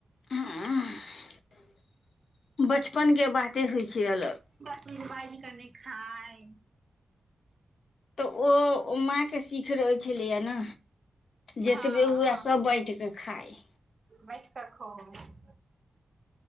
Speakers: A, on the left (about 65°); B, on the right (about 35°).
A: <unintelligible> बचपन के बाते होइ छै अलग
B: फिर बज कनि खाय
A: तऽ ओ माँ के सीख रहै छलैए न
B: हँ
A: जतबे हुए सभ बाइट क खाइ
B: बैट क खेलौ हन